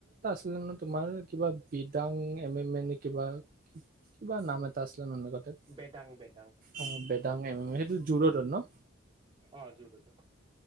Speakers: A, on the right; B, on the right.
A: আছিল ন' তোমাৰ, কিবা বিদাং এম এম এ নে কিবা কিবা নাম এটা আছিলে, <unintelligible>
B: বেদাং বেদাং
A: অ' বেদাং এম এম এ সেইটো জু ৰ'ডত ন'।
B: অ'! জু ৰ'ডত।